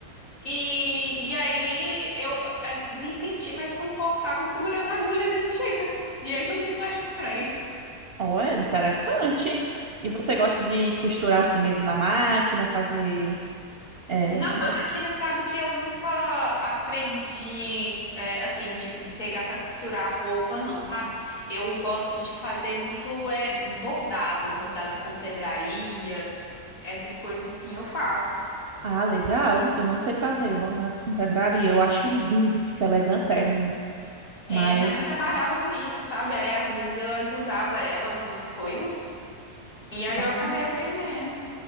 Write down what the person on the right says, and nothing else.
Oh, é interessante. E você gosta de costurar assim mesmo na máquina, fazer. é,
roupa?
Ah, legal. Eu não sei fazer bordado com pedraria. Eu acho lindo, fica elegantérrimo.
Mas
ó,